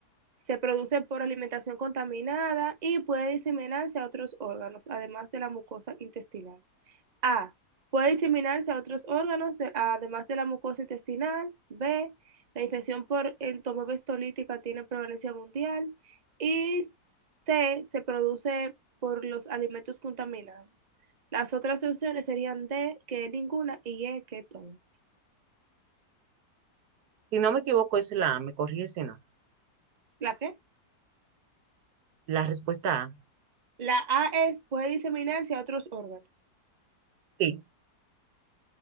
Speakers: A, on the right (about 35°); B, on the right (about 70°).
A: Se produce por alimentación contaminada y puede diseminarse a otros órganos, además de la mucosa intestinal. A. Puede diseminarse a otros órganos, de- además de la mucosa intestinal. B. La infección por entomobestolítica tiene prevalencia mundial. Y C. Se produce por los alimentos contaminados. Las otras opciones serían D, que ninguna, y E, que todas.
B: Si no me equivoco, es la A, me corrige si no.
A: ¿La qué?
B: La respuesta A,
A: La A es, puede diseminarse a otros órganos.
B: sí.